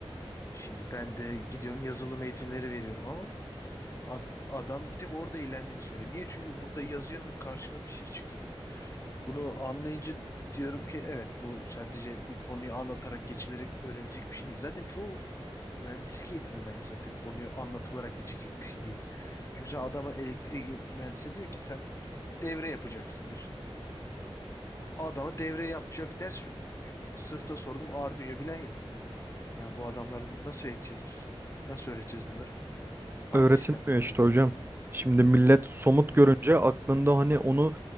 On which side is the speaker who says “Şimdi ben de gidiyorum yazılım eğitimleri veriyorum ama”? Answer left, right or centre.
Left